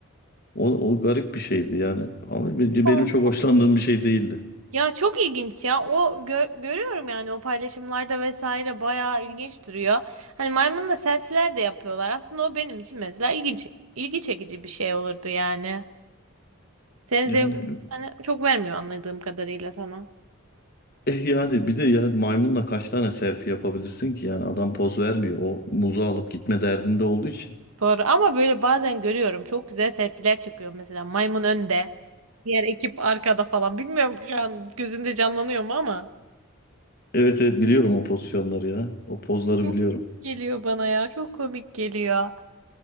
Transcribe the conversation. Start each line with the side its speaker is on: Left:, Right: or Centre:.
Left: O, o garip bir şeydi yani. Ama be-
Right: Ol-
Left: benim çok hoşlandığım bir şey değildi.
Right: Ya çok ilginç ya. O gö- görüyorum yani o paylaşımlarda vesaire bayağı ilginç duruyor. Hani maymunla selfie'ler de yapıyorlar. Aslında o benim için mesela ilginç ilgi çekici bir şey olurdu yani. Senin
Left: Yani
Right: zevk hani çok vermiyor anladığım kadarıyla sana.
Left: eh yani bir de ya maymunla kaç tane selfie yapabilirsin ki? Yani adam poz vermiyor. O muzu alıp gitme derdinde olduğu için.
Right: Doğru ama böyle bazen görüyorum çok güzel selfie'ler çıkıyor mesela maymun önde, diğer ekip arkada falan. Bilmiyorum şu an gözünde canlanıyor mu ama
Left: Evet evet biliyorum o pozisyonları ya. O pozları
Right: çok
Left: biliyorum.
Right: geliyor bana ya. Çok komik geliyor.